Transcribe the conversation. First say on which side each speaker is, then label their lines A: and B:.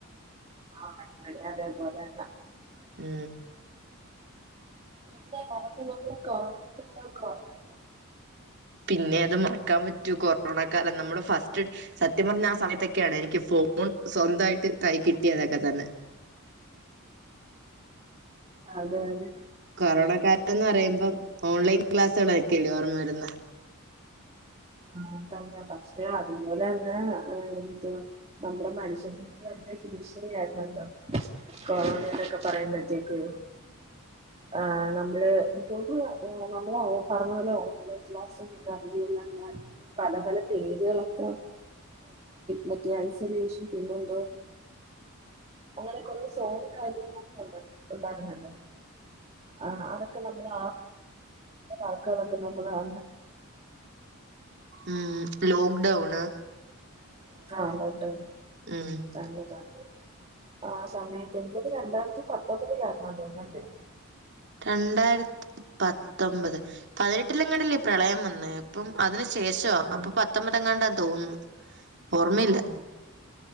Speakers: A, on the right; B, on the right.
A: ആ അതേപോലെന്ന
B: മ്മ്
A: എന്താ നടക്ക് നമ്മൾ കാരണക്കാരായി കാണേണ്ട
B: പിന്നെ അത് ക്കാൻ പറ്റൂ കൊറോണ കാലം നമ്മുടെ ഫസ്റ്റ് സത്യം പറഞ്ഞ ആ സമയത്തൊക്കെയാണ് എനിക്ക് ഫോൺ സ്വന്തമായിട്ട് കൈ കിട്ടിയതൊക്കെ തന്നെ
A: അത് വത്
B: കൊറോണ കാലംന്ന് പറയുമ്പം ഓൺലൈൻ ക്ലാസ്സുകൊക്കല്ലേ ഓർമ്മ വരുന്ന
A: ആ തന്നെ പക്ഷെ അതുപോലെ തന്നെ എന്ത് നമ്മുടെ മനുഷ്യ ഭീഷണി ആയിരുന്നുന്ത കൊറോണ എന്നൊക്കെ പറയുമ്പോഴത്തേക്ക ആ നമ്മള് എനിക്കന്ന് നമ്മള് പറഞ്ഞ പോലെ ഓൺലൈൻ ക്ലാസും പിന്ന നന്നാ പല പല പേരുകളൊക്കെ മറ്റേ ഐസൊലേഷൻ പിന്നെന്തോ അങ്ങനെ കുറെ സോറ് കാര്യങ്ങളൊക്കെ ഉണ്ട് ഉണ്ടായിരുന്നല്ലോ ആ അതൊക്കെ നമ്മള് ആക്കാനൊക്കെ നമ്മള് അ
B: ഉം ലോക്ക്ഡൌണ്
A: ആഹ് ലോക്ക്ഡൗണ് <unintelligible>
B: ഉം
A: ആ സമയത്ത് എനിക്കത് രണ്ടായിരത്തി പത്തൊമ്പതിലായിരുന്നു തോന്ന എന്ത
B: രണ്ടായിരത്തി പത്തൊമ്പത് പതിനെട്ടിലങ്ങാണ്ടില്ലേ പ്രളയം വന്ന് അപ്പം അതിന് ശേഷവാ
A: ആ
B: അപ്പൊ പത്തൊമ്പതങ്ങാണ്ടാ തോന്നുന്നു ഓർമ്മയില്ല.
A: ആ പ